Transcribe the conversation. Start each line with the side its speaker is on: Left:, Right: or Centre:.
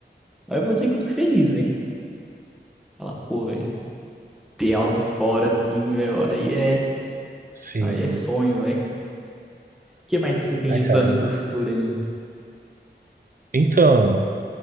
Centre: aí eu vou dizer que eu tô feliz, velho. Falar, pô, velho, ter algo fora assim, velho, aí é,
Right: sim.
Centre: aí é sonho, velho. O que mais que você tem
Right: Ah,
Centre: de
Right: cara,
Centre: planos pro futuro aí?
Right: então